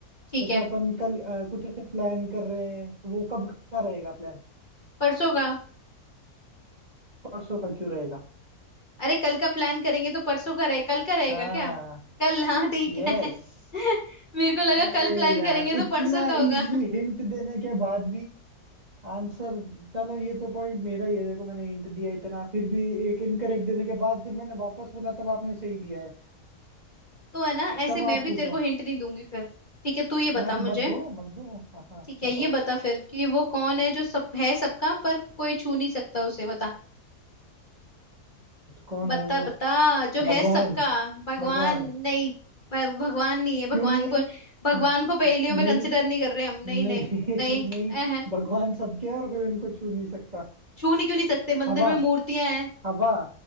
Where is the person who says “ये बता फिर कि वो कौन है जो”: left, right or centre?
Left